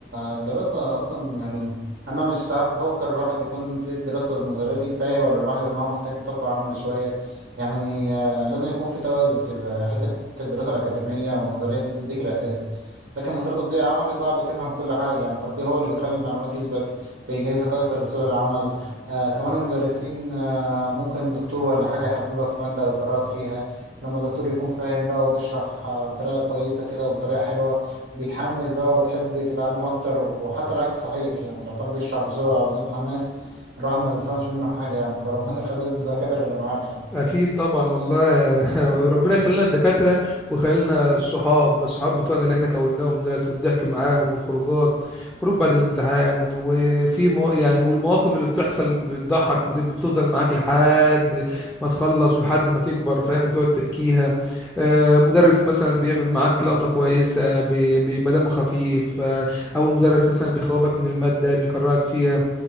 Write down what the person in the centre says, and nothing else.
اكيد طبعا والله يا- <laughs> ربنا يخلينا الدكاتره ويخلينا الصحاب الصحاب بتوعنا اللي احنا كوناهم دولت والضحك
معاهم والخروجات خروج بعد الامتحان وفي مو يعني والمواقف اللي بتحصل بتضحك بتبقى بتفضل معاك لحد ما تخلص ولحد ما تكبر فاهم وتقعد تحكيها آه، مدرس مثلا بيعمل معاك لقطه كويسه بي- بيبقى دمه خفيف آه، او المدرس مثلا بيخوفك من الماده بيكرهك فيها